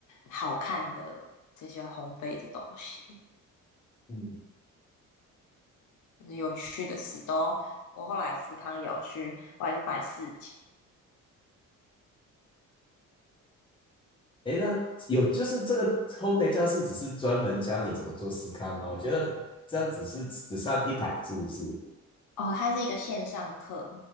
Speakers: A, on the left; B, on the left.
A: 好看的这些烘焙的东西。
B: 嗯，
A: 就是有趣的事都。我后来思康有去，我还去摆市集。
B: 诶，那有就是这个烘焙教室只是专门教你怎么做司康吗？我觉得这样只是只上一堂，是不是？
A: 哦，它是一个线上课，